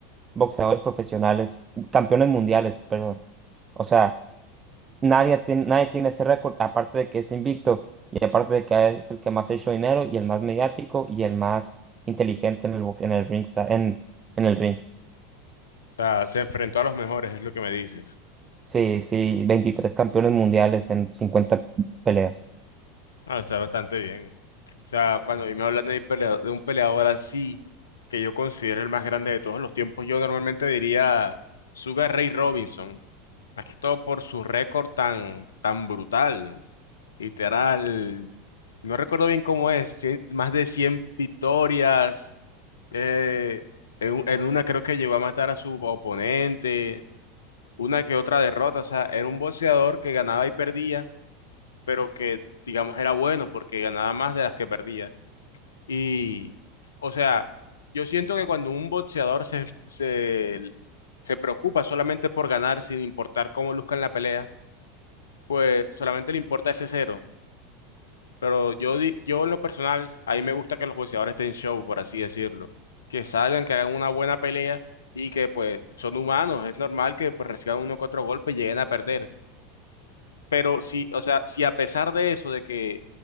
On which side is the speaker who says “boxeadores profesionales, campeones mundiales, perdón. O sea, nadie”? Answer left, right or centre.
Right